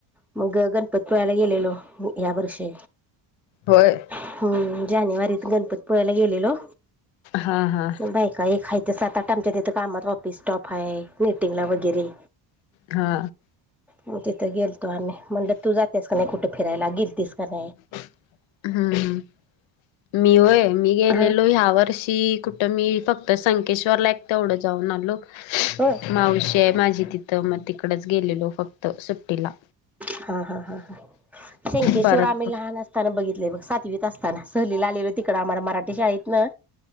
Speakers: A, in the centre; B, on the left (about 80°).
A: मग गणपतपुळ्याला गेलेलो. या वर्षी,
B: होय
A: हम्म, जानेवारीत गणपतपुळ्याला गेलेलो.
B: हा हा
A: बाय का ए हायथा सात आठ आमच्यातेत, कामात वापिस स्टॉप. पाय मिटिंगला वगैरे.
B: हा.
A: मग तिथं गेलतो आम्ही, म्हटलं तू जातेस का नाही कुठे फिरायला? गेलतीस का नाही?
B: हम्म, हम. मी होय, मी गेलेलो
A: हा
B: ह्या वर्षी कुठं मी फक्त. संकेश्वर ला एक तेवढं जाऊन आलो.
A: होय
B: मावशीय माझी तिथं मग तिकडच गेलेलो फक्त, सुट्टीला.
A: हा, हा, हा, हा शेंकेश्वर
B: परत
A: आम्ही
B: कुठ
A: लहान असताना बघितलय बघ, सातवी. असताना सलीला आलेलो तिकड,, आम्हाला मराठी शाळेत न.